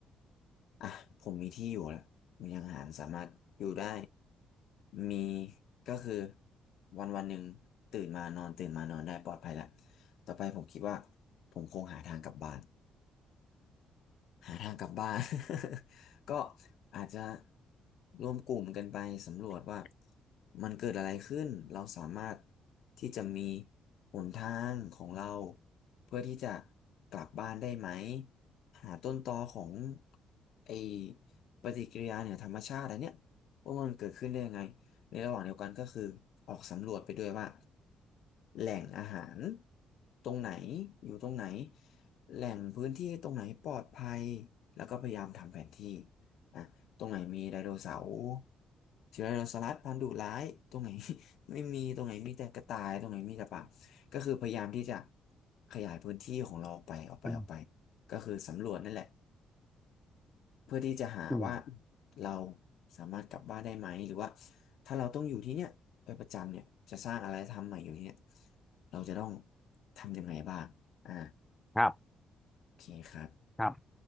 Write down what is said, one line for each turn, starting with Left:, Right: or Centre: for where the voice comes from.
Left: อ่ะผมมีที่อยู่แล้วมีทางอาหารสามารถอยู่ได้มีก็คือวันวันหนึ่งตื่นมานอนตื่นมานอนได้ปลอดภัยแล้วต่อไปผมคิดว่าผมคงหาทางกลับบ้าน หาทางกลับบ้าน <laughs> ก็อาจจะรวมกลุ่มกันไปสำรวจว่ามันเกิดอะไรขึ้นเราสามารถที่จะมีหนทางของเราเพื่อที่จะกลับบ้านได้ไหมหาต้นตอของไอปฏิกิริยาเหนือธรรมชาติอันเนี้ยว่ามันเกิดขึ้นได้ยังไงในระหว่างเดียวกันก็คือออกสำรวจไปด้วยว่าแหล่งอาหารตรงไหนอยู่ตรงไหน แหล่งพื้นที่ตรงไหนปลอดภัยแล้วก็พยายามทำแผนที่อ่ะตรงไหนมีไดโนเสาร์เสือไดโนเสาร์พันธุ์ดุร้ายตรงไหน <laughs> ไม่มีตรงไหนมีแต่กระต่ายตรงไหนมีแต่ป่าก็คือพยายามที่จะขยายพื้นที่ของเราออกไปออกไปออกไป
Centre: อืม
Left: ก็คือสำรวจนั่นแหละเพื่อที่จะหาว่า
Centre: อืม
Left: เราสามารถกลับบ้านได้ไหมหรือว่าถ้าเราต้องอยู่ที่เนี่ยไปประจำเนี่ยจะสร้างอะไรทำใหม่อยู่ที่เนี่ยเราจะต้องทำยังไงบ้างอ่า
Centre: ครับ
Left: โอเคครับ
Centre: ครับ